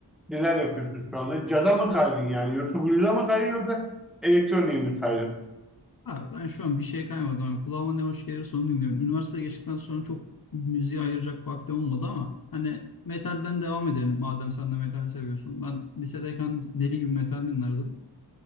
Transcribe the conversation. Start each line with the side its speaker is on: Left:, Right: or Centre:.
Centre: neler yapıyorsun şu anda? Cada mı kaydın yani? Yoksa Blues'a mı kaydın yoksa elektroniğe mi kaydın?
Left: Abi ben şu an bir şey kaymadım. Yani kulağıma ne hoş gelirse onu dinliyorum. Üniversiteye geçtikten sonra çok müziğe ayıracak vaktim olmadı ama hani metalden devam edelim madem sen de metal seviyorsun. Ben lisedeyken deli gibi metal dinlerdim.